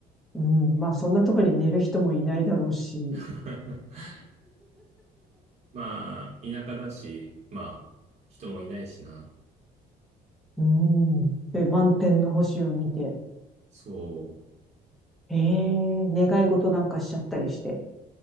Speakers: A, in the centre; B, on the right.
A: うん。まあ、そんなとこに寝る人もいないだろうし。
B: <laughs> まあ、田舎だし、まあ、人もいないしな。
A: うん。で、満天の星を見て、
B: そう。
A: ええ、願い事なんかしちゃったりして。